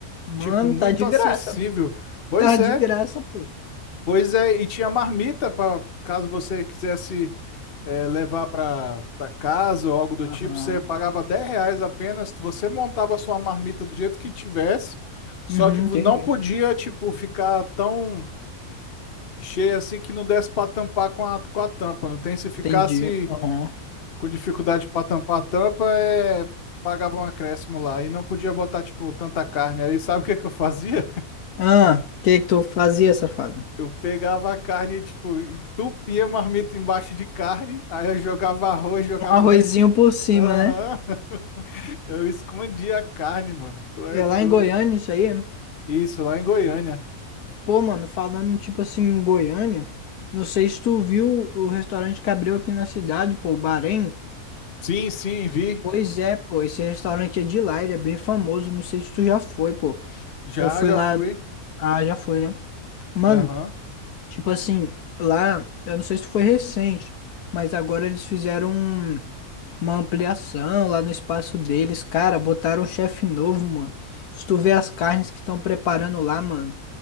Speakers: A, on the left; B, on the left.
A: Mano,
B: Tipo, muito
A: tá de
B: acessível.
A: graça.
B: Pois
A: Tá de
B: é.
A: graça, pô.
B: Pois é, e tinha marmita para caso você quisesse eh, levar para para casa ou algo do
A: Aham.
B: tipo, você pagava 10 reais apenas, você montava a sua marmita do jeito que tivesse, só
A: Uhum,
B: que não
A: entendi.
B: podia, tipo, ficar tão cheia assim que não desse para tampar com a, com a tampa, não tem? Se ficasse
A: Entendi. Aham.
B: com dificuldade para tampar a tampa, é, pagava um acréscimo lá e não podia botar, tipo, tanta carne. Aí sabe o que que eu fazia?
A: Ah, o que que tu fazia, safado?
B: Eu pegava a carne, tipo, entupia a marmita embaixo de carne, aí eu jogava arroz, jogava
A: Um arrozinho
B: o resto.
A: por cima,
B: Aham.
A: né?
B: <laughs> Eu escondia a carne, mano. Tu é
A: É
B: doido.
A: lá em Goiânia isso aí.
B: Isso, lá em Goiânia.
A: Pô, mano, falando tipo assim em Goiânia, não sei se tu viu o restaurante que abriu aqui na cidade, pô, o Bahrein.
B: Sim, sim, vi.
A: Pois é, pô, esse restaurante é de lá, ele é bem famoso, não sei se tu já foi, pô.
B: Já,
A: Eu fui
B: já
A: lá,
B: fui.
A: ah, já foi, né? Mano,
B: Aham.
A: Tipo assim, lá, eu não sei se foi recente, mas agora eles fizeram um- uma ampliação lá no espaço deles, cara, botaram um chefe novo, mano. Se tu vê as carnes que estão preparando lá, mano,